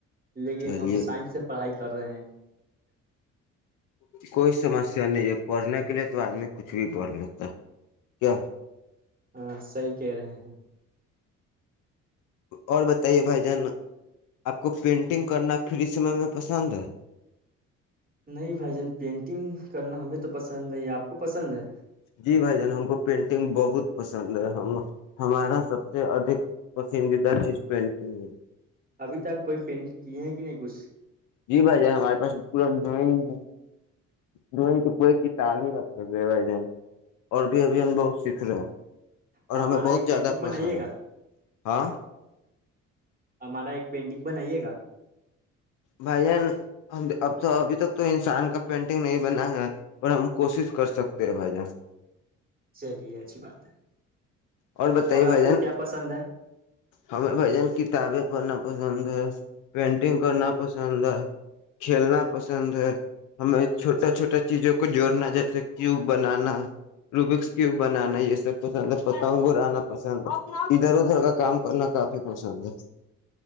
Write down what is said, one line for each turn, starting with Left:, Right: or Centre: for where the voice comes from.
Right: لیکن
Left: چلیے
Right: ہم سائنس سے پڑھائی کر رہے ہیں خالی اوج عا رہی ہے
Left: کوئی سمسیا نہیں ہے پڑھنے کے لیے تو آدمی کچھ بھی پڑھ لیتا ہے کیا
Right: ہاں صحی کہہ رہے ہیں
Left: اور بتائیے بھائی جان آپ کو پینٹنگ کرنا پری اس سمے میں پسند ہے
Right: نہیں بھائی جان پینٹنگ کرنا ہمیں تو پسند نہیں آپ خو پسند ہے
Left: جی بھائی جان ہم کو پینٹنگ بہت پسند ہے ہم ہمارا سب سے ادھک پسندیدہ چیز پینٹنگ ہے
Right: ابھی تک کوئی پینٹ کیے ہیں کہ نہیں کچھ
Left: جی بھائی جان ہمارے پاس پورا ڈرائگ ڈرائنگ تو کوئی کتاب ہی رکھے ہو بھائی جان اور بھی ابھی ہم بہت سیکھ رہے اور
Right: ہمارا
Left: ہمیں بہت
Right: ایک
Left: زیادہ
Right: پینٹنگ
Left: پسند
Right: بنائیے گا
Left: ہے ہاں
Right: ہمارا ایک پینٹنگ بنائیے گا
Left: بھائی جان اب تو ابھی تک تو انسان کا پینٹنگ نہیں بنا ہے پر ہم کوشش کر سکتے ہیں بھائی جان
Right: چلیے اچھی بات ہے
Left: اور بتائیے
Right: آپ
Left: بھن
Right: کو کیا پسند ہے
Left: ہمیں بھجن کتابیں پڑھنا پسند پینٹنگ کرنا پسند ہے کھیلنا پسند ہے ہمیں چھوٹا چھوٹا چیزوں کو جوڑنا جیسے کیوب بنانا روبکس کیوب بنانا یہ سب پسند ہے پتنگ ارانا پسند ادھر ادھر کا کام کرنا کافی پسند ہے